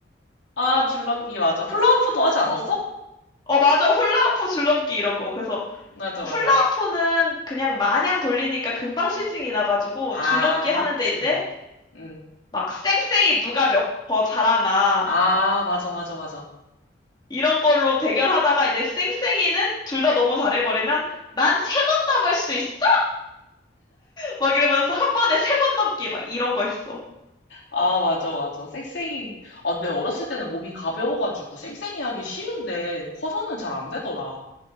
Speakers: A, on the left; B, on the left.
A: 아, 줄넘기 맞아. 훌라후프도 하지 않았어?
B: 어. 어, 맞아. 훌라후프 줄넘기 이런 거. 그래서
A: 맞아, 맞아.
B: 훌라후프는 그냥 마냥 돌리니까 금방 실증이 나가지고
A: 아,
B: 줄넘기
A: 그치.
B: 하는데 이제
A: 응.
B: 막 쌩쌩이 누가 몇 더 잘하나
A: 아, 맞아, 맞아, 맞아.
B: 이런 걸로 대결하다가 이제 쌩쌩이는 둘 다 너무 잘해버리면 난 세 번 넘을 수 있어! 막 이러면서 한 번에 세 번 넘기 막 이런 거 했어.
A: 아, 맞아, 맞아. 쌩쌩이. 아, 근데 어렸을 때는 몸이 가벼워가지고 쌩쌩이 하기 쉬운데 커서는 잘 안 되더라.